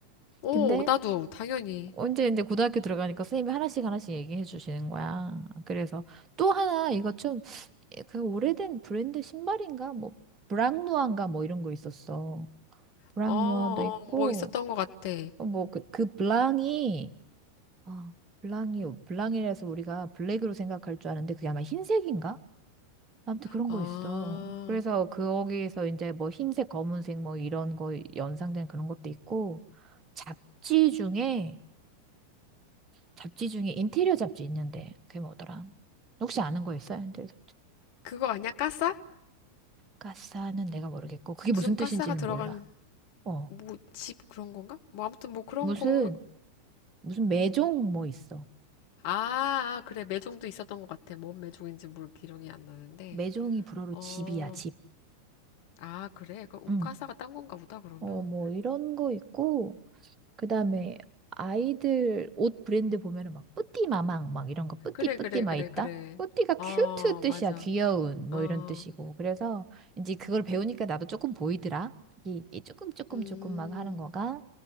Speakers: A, on the left; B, on the right.
A: 어
B: 근데
A: 나도 당연히
B: 언제 이제 고등학교 들어가니까 선생님이 하나씩 하나씩 얘기해 주시는 거야. 그래서 또 하나 이거 좀 그 오래된 브랜드 신발인가? 뭐 브랑누아인가 뭐 이런 거 있었어. 브랑누아도
A: 어어뭐
B: 있고
A: 있었던 것 같아
B: 어, 뭐 그 그 블랑이 아 블랑이 블랑이라서 우리가 블랙으로 생각할 줄 아는데 그게 아마 흰색인가? 아무튼 그런
A: 어아어아
B: 거 있어. 그래서 거기에서 이제 뭐 흰색, 검은색 뭐 이런 거 연상된 그런 것도 있고 잡지 중에 잡지 중에 인테리어 잡지 있는데 그게 뭐더라? 혹시 아는 거 있어요? 인테리어 잡지.
A: 그거 아니야 까싸
B: 가사는 내가 모르겠고 그게
A: 무슨
B: 무슨 뜻인지는
A: 까싸가 들어간
B: 몰라. 어.
A: 뭐 집 그런 건가 뭐 아무튼 뭐 그런
B: 무슨
A: 거
B: 무슨 매종 뭐 있어.
A: 아, 아, 그래. 매종도 있었던 것 같아. 뭔 매종인지 모르 기억이 안 나는데.
B: 매종이 불어로
A: 어,
B: 집이야, 집.
A: 아, 그래. 그 운가사가
B: 응.
A: 딴 건가 보다, 그러면.
B: 어, 뭐 이런 거 있고 그다음에 아이들 옷 브랜드 보면은 막 뿌띠 마망 막 이런 거 뿌띠
A: 그래,
B: 뿌띠
A: 그래,
B: 막
A: 그래,
B: 있다.
A: 그래.
B: 뿌띠가
A: 어,
B: 큐트 뜻이야.
A: 맞아.
B: 귀여운 뭐
A: 어,
B: 이런 뜻이고. 그래서 이제 그걸 배우니까 나도 조금 보이더라. 이게 이게 조금 조금
A: 음,
B: 조금 막 하는 거가.